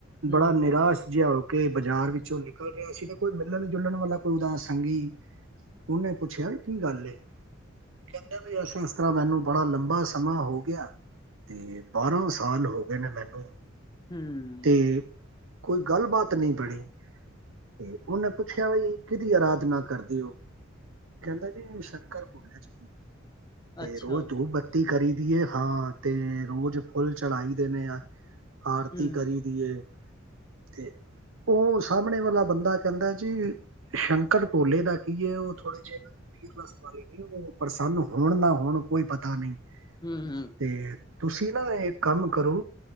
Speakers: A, on the left; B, on the right.
A: ਹਮ
B: ਬੜਾ ਨਿਰਾਸ਼
A: ਹਮ
B: ਜਿਹਾ ਉਹ ਕਿ ਬਾਜ਼ਾਰ ਵਿੱਚੋਂ ਨਿਕਲ ਰਿਹਾ ਸੀ ਤਾਂ ਕੋਈ ਮਿਲਣ ਜੁਲਣ ਵਾਲਾ ਕੋਈ ਉਹਦਾ ਸੰਗੀ ਉਹਨੇ ਪੁੱਛਿਆ ਕੀ ਗੱਲ ਕਹਿੰਦੇ ਵੀ ਅਸਾ ਇਸ ਤਰ੍ਹਾਂ ਮੈਨੂੰ ਬੜਾ ਲੰਬਾ ਸਮਾ ਸਮਾਂ ਹੋ ਗਿਆ ਤੇ ਬਾਰਾਂ ਸਾਲ ਹੋ ਗਏ ਨੇ ਮੈਨੂੰ
A: ਹਮ
B: ਤੇ ਕੋਈ ਗੱਲ ਬਾਾਤ ਨਹੀਂ ਬਣੀ ਤੇ ਉਹਨੇ ਪੁੱਛਿਆ ਬਈ ਕਿਹਦੀ ਅਰਾਧਨਾ ਕਰਦੇ ਹੋ? ਕਹਿੰਦਾ ਜੀ ਸ਼ੰਕਰ ਭੋਲਿਆ ਜੀ ਦੀ ਤੇ
A: ਅੱਛਾ
B: ਰੋਜ਼ ਤੂੰ ਬੱਤੀ ਕਰੀ ਦੀਏ ਹਾਂ ਤੇ ਰੋਜ਼ ਫੁੱਲ ਚੜਾਈ ਦੇ ਆ ਆਰਤੀ
A: ਹਮ
B: ਕਰੀ ਦੀਏ ਤੇ ਉਹ ਸਾਹਮਣੇ ਵਾਲਾ ਬੰਦਾ ਕਹਿੰਦਾ ਜੀ ਸ਼ੰਕਰ ਭੋਲੇ ਦਾ ਕੀ ਹੈ ਉਹ ਥੋੜੇ ਜਿਹੇ ਨਾ ਵੀਰ ਉਹ ਪ੍ਰਸੰਨ ਹੋਣ ਨਾ ਹੋਣ ਕੋਈ ਪਤਾ ਨਹੀਂ
A: ਹਮ ਹਮ
B: ਤੇ ਤੁਸੀਂ ਨਾ ਇਹ ਕੰਮ ਕਰੋ